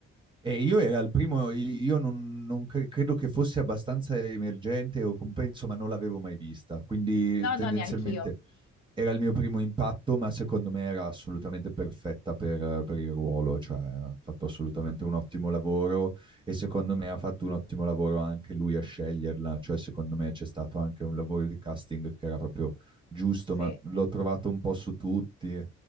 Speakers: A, on the right; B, on the left.
A: E io era il primo, io non, non cre- credo che fosse abbastanza emergente o compenso, ma non l'avevo mai vista, quindi
B: No,
A: tendenzialmente...
B: no, neanch'io.
A: era il mio primo impatto, ma secondo me era assolutamente perfetta per, per il ruolo, cioè ha fatto assolutamente un ottimo lavoro e secondo me ha fatto un ottimo lavoro anche lui a sceglierla, cioè secondo me c'è stato anche un lavoro di casting che era proprio giusto,
B: Sì.
A: ma l'ho trovato un po' su tutti.